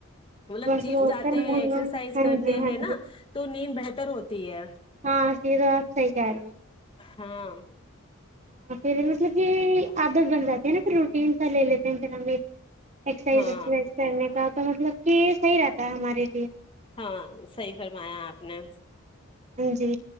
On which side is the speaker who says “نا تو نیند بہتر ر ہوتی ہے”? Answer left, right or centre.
Left